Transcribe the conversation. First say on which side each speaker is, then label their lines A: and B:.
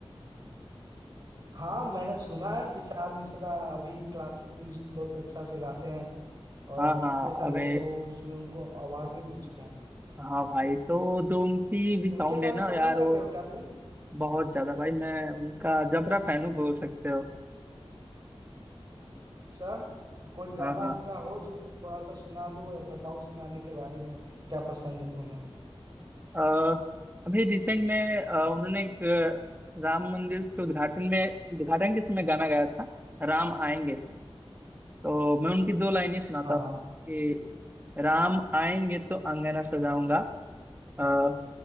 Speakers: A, on the right (about 40°); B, on the right (about 20°).
A: हाँ मैंने सुना है विशाल मिश्रा अभी क्लासिक म्यूजिक बहुत अच्छा से गाते हैं और
B: हाँ
A: कितने
B: हाँ
A: सारे
B: अबे
A: शोज में उनको अवार्ड भी मिल चुके हैं
B: हाँ भाई तो जो उनकी भी साउंड
A: उनके गाने
B: है ना
A: पसंद
B: यार
A: करते
B: वो
A: हो क्या तुम
B: बहुत ज्यादा भाई मैं उनका जबरा फैन हूँ बोल सकते हो
A: अच्छा तो कोई गाना
B: हाँ हाँ
A: उनका हो जो तुम थोड़ा सा सुना दो या बताओ उस गाने के बारे में क्या पसंद है तुम्हें
B: अ, अभी रिसेंट में अ, उन्होंने एक अ, राम मंदिर के उद्घाटन में उद्घाटन के समय गाना गाया था राम आएंगे तो मैं उनकी दो लाइनें सुनाता
A: हाँ
B: हूँ कि राम आएंगे तो अंगना सजाऊंगा अ,